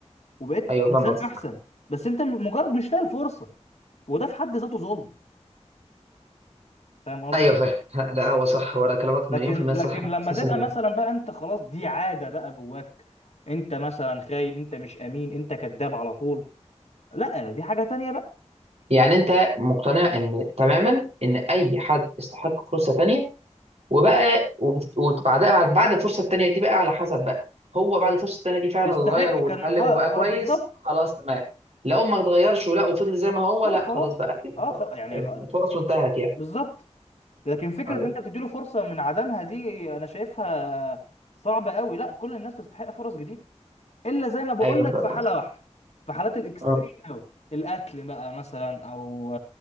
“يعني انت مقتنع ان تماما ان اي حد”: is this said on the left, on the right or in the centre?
Right